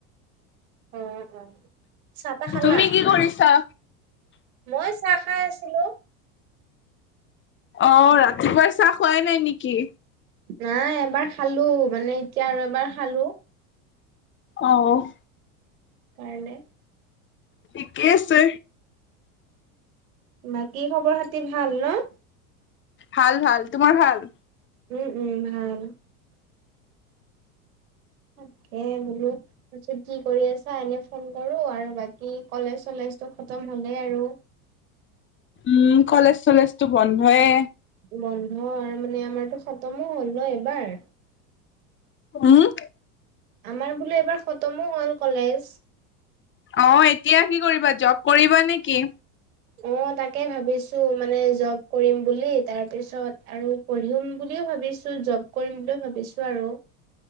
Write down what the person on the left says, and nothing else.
তুমি কি কৰিছা?
অ', ৰাতিপুৱাৰ চাহ খুৱাই নাই নেকি?
অ'।
ঠিকে আছে।
ভাল ভাল, তোমাৰ ভাল?
উম, কলেজ চলেজটো বন্ধয়ে।
উম?
অ', এতিয়া কি কৰিবা জব কৰিবা নে কি?